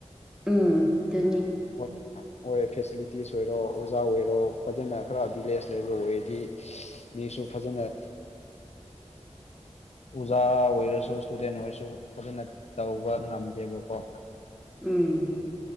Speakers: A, in the centre; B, on the left (about 65°).
A: ꯎꯝ ꯑꯗꯨꯅꯤ
B: ꯍꯣꯏ ꯑꯣꯏ ꯐꯦꯁꯤꯂꯤꯇꯤꯁ ꯑꯣꯏꯔꯣ ꯑꯣꯖꯥ ꯑꯣꯏꯔꯣ ꯐꯖꯅ ꯈꯔ ꯚꯤꯂꯦꯖ ꯂꯩꯕ ꯑꯣꯏꯔꯗꯤ ꯃꯤꯁꯨ ꯐꯖꯅ ꯑꯣꯖꯥ ꯑꯣꯏꯔꯁꯨ ꯏꯁꯇꯨꯗꯦꯟ ꯑꯣꯏꯔꯁꯨ ꯐꯖꯅ ꯇꯧꯕ ꯉꯝꯗꯦꯕꯀꯣ
A: ꯎꯝ